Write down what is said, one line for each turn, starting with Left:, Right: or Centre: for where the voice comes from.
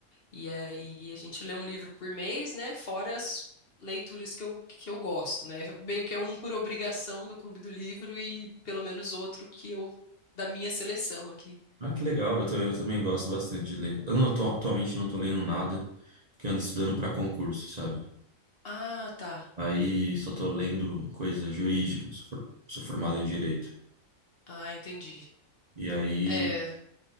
Left: E aí a gente lê um livro por mês, né? Fora as leituras que eu, que eu gosto, né? Meio que é um por obrigação do clube do livro e pelo menos outro que eu da minha seleção aqui.
Right: Ah, que legal. Eu também, eu também gosto bastante de ler. Eu não, atu- atualmente não tô lendo nada, porque eu ando estudando para concurso, sabe?
Left: Ah, tá.
Right: Aí só tô lendo coisa jurídica, sou, for- sou formado em direito.
Left: Ah, entendi.
Right: E aí
Left: É.